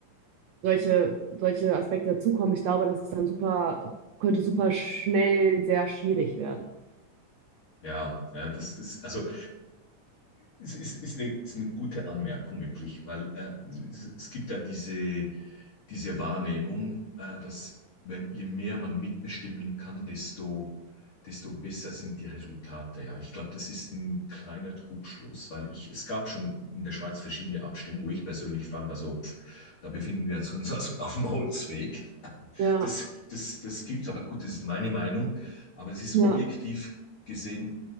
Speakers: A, on the right; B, on the left.
A: solche, solche Aspekte dazukommen, ich glaube, das ist dann super, könnte super schnell sehr schwierig werden.
B: ja, ja, das, das, also ist, ist, ist, eine, ist eine gute Anmerkung wirklich, weil äh, es gibt ja diese, diese Wahrnehmung, äh, dass wenn, je mehr man mitbestimmen kann, desto, desto besser sind die Resultate. Ja, ich glaube, das ist ein kleiner Trugschluss, weil ich, es gab schon in der Schweiz verschiedene Abstimmungen, wo ich persönlich fand, also pff, da befinden wir uns <laughs> also auf dem Holzweg.
A: Ja,
B: Das, das, das gibt's, aber gut, das ist meine Meinung. Aber es ist
A: ja,
B: objektiv gesehen,